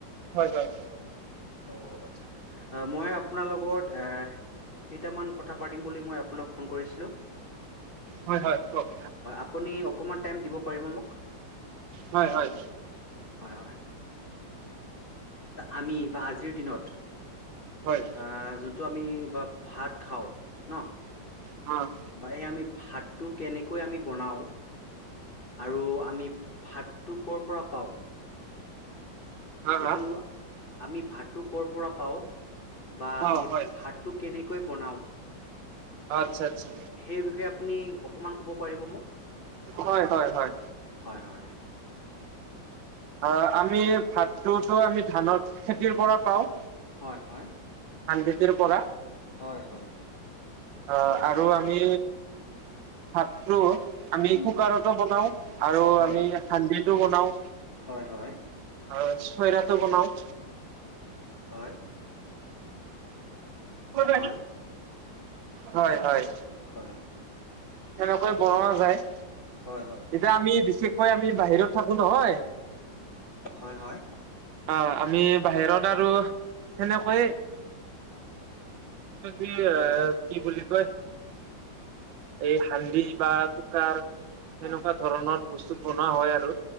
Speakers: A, on the right; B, on the left.
A: হয় হয়।
B: অ', আচ্ছা, মই আপোনাৰ লগত এ কেইটামান কথা পাতিম বুলি মই আপোনাক ফোন কৰিছিলোঁ।
A: হয়, হয় কওঁক।
B: হয়, আপুনি অকণমান টাইম দিব পাৰিব মোক?
A: হয়, হয়।
B: হয়, হয়, আমি বা আজিৰ দিনত
A: হয়।
B: আহ যোনটো আমি বা ভাত খাওঁ, ন'?
A: অ',
B: বা এই আমি ভাতটো কেনেকৈ আমি বনাওঁ। আৰু আমি ভাতটো কৰ পৰা পাওঁ।
A: হা হা
B: এইটো, আমি ভাতটো ক'ৰ পৰা পাওঁ, বা
A: অ',
B: আমি
A: হয়
B: ভাত টো কেনেকৈ বনাওঁ।
A: অ', আচ্ছা আচ্ছা।
B: সেই বিষয়ে আপুনি অকমান ক'ব পাৰিব মোক।
A: হয়, হয়, হয়।
B: হয় হয়।
A: অ', আমি ভাতটোতো আমি ধানৰ খেতিৰ পৰা পাওঁ।
B: হয় হয়।
A: ধান খেতিৰ পৰা,
B: হয় হয়
A: অ, আৰু আমি ভাতটো, আমি
B: উম।
A: কুকাৰতো বনাও আৰু
B: হয়
A: আমি সান্দিতো বনাও।
B: হয় হয়।
A: আৰু, চৱেটাৰাটো বনাওঁ।
B: হয়।
A: অ',
B: হয়
A: হয়, হয়,
B: হয়।
A: এনেকৈ বনোৱা যায়।
B: হয়, হয়,
A: এতিয়া আমি বিশেষকৈ আমি বাহিৰত থাকো নহয়।
B: হয়! হয়!
A: অঁ আমি বাহিৰত আৰু সেনেকৈয়ে ট কি এ কি বুলি কই। এই হান্দি বা কোকাৰ সেনকা
B: হয় হয়
A: ধৰণৰ বস্তুত বনোৱা হয় আৰু।